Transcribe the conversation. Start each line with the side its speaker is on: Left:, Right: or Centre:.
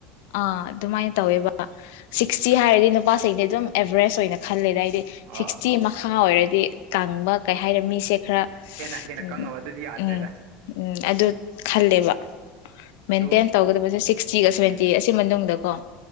Left: ꯑꯥ ꯑꯗꯨꯃꯥꯏꯅ ꯇꯧꯋꯦꯕ ꯁꯤꯛꯁꯇꯤ ꯍꯥꯏꯔꯗꯤ ꯅꯨꯄꯥꯁꯤꯡꯗꯤ ꯑꯗꯨꯝ ꯑꯦꯚꯔꯦꯁ ꯑꯣꯏꯅ ꯈꯜꯂꯦꯗ ꯍꯥꯏꯏꯗꯤ
Right: ꯑꯥ
Left: ꯁꯤꯛꯁꯇꯤ ꯃꯈꯥ ꯑꯣꯏꯔꯗꯤ ꯀꯥꯡꯕ ꯀꯩ ꯍꯥꯏꯔ ꯃꯤꯁꯦ ꯈꯔ
Right: ꯍꯦꯟꯅ ꯍꯦꯟꯅ
Left: ꯎꯝ
Right: ꯀꯪꯉꯕ ꯑꯗꯨꯗꯤ ꯌꯥꯗ꯭ꯔꯦꯗ
Left: ꯎꯝ ꯎꯝ ꯑꯗꯨ ꯈꯜꯂꯦꯕ
Right: ꯑꯗꯣ
Left: ꯃꯦꯟꯇꯦꯟ ꯇꯧꯒꯗꯕꯁꯦ ꯁꯤꯛꯁꯇꯤꯒ ꯁꯚꯦꯟꯇꯤ
Right: ꯎꯝ
Left: ꯑꯁꯤ ꯃꯅꯨꯡꯗ ꯀꯣ